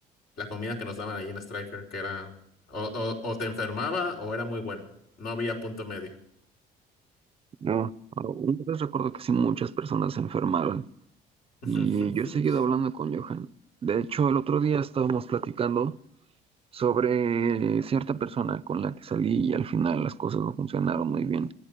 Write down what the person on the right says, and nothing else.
No, una vez recuerdo que sí muchas personas se enfermaron
y yo he seguido hablando con Johan. De hecho, el otro día estábamos platicando sobre cierta persona con la que salí y al final las cosas no funcionaron muy bien,